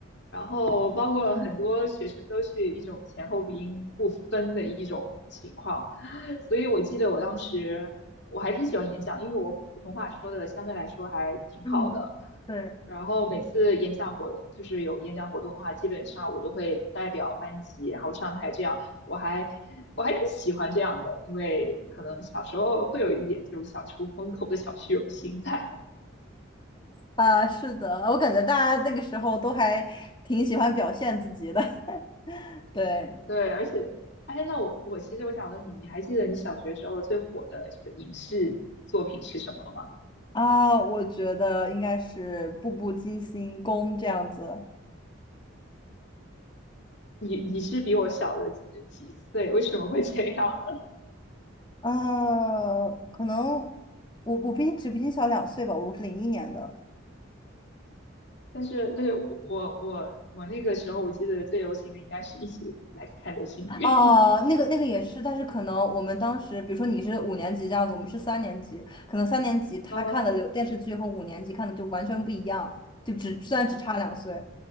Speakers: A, on the left; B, on the left.
A: 然后包括很多学生都是一种前后鼻音不分的一种情况，
B: 嗯
A: 所以我记得我当时我还挺喜欢演讲，因为我普通话说的相对来说还挺好的。
B: 嗯，对，
A: 然后每次演讲活动就是有演讲活动的话，基本上我都会代表班级然后上台，这样我还我还挺喜欢这样的，因为可能小时候会有一点这种想出风头的小虚荣心在。
B: 啊，是的，我感觉大家那个时候都还挺喜欢表现自己的。<laughs> 对
A: 对，而且，哎，那我我其实我想问你，你还记得你小学时候最火的这个影视作品是什么吗？
B: 啊，我觉得应该是《步步惊心宫》这样子。
A: 你你是比我小了几几岁？为什么会这样呢？
B: 呃，可能我我比你只比你小两岁吧，我是零一年的。
A: 但是但是我我我我那个时候我记得最流行的应该是一起来看流星雨，
B: 哦，那个那个也是，但是可能我们当时，比如说你是五年级这样子，我们是三年级，可能三年级他看的流电视剧和五年级看的就完全不一样，
A: <laughs> 嗯
B: 就只虽然只差两岁，